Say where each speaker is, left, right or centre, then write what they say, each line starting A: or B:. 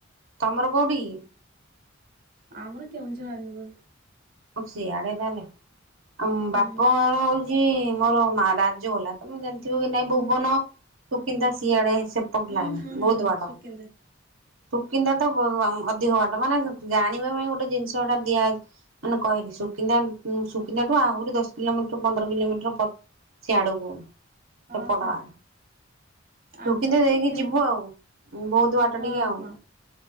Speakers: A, on the right (about 80°); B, on the right (about 45°).
A: ତମର କୋଉଠିକି?
B: ଆମର କେଉଁଝର ଆନନ୍ଦପୁର।
A: ଆଉ ସିଆଡେ ତାହେଲେ। ଆମ
B: ହୁଁ।
A: ବାପ ଘର ହଉଚି ମୋର ମା ରାଜାଗଲା ତମେ ଜାଣିଥିବ କି ନାଇଁ ଭୁବନ ସୁକିନ୍ଦା ସିଆଡେ ସେପଟ
B: ହୁଁ
A: ଲାଇନ
B: ହୁଁ
A: ବହୁତ
B: ହୁଁ
A: ବାଟ।
B: ସୁକିନ୍ଦା
A: ସୁକିନ୍ଦା ତ ଅଧିକ ବାଟ ମାନେ ଜାଣିବା ପାଇଁ ଗୋଟେ ଜିନିଷଟା ଦିଆଯଛି ମାନେ କହିଲି ସୁକିନ୍ଦା ଟୁ ଆହୁରି ଦଶ କିଲୋମିଟର ପନ୍ଦର କିଲୋମିଟର ସେଆଡୁକୁ
B: ହଁ
A: ସେପଟ
B: ହଁ
A: ଆ
B: ଆମର
A: ସୁକିନ୍ଦା ଦେଇକି
B: ସେ କେଉଁ
A: ଯିବୁ ଆଉ ବହୁତ ବାଟ
B: ହଁ
A: ଟିକେ ଆଉ
B: ହଁ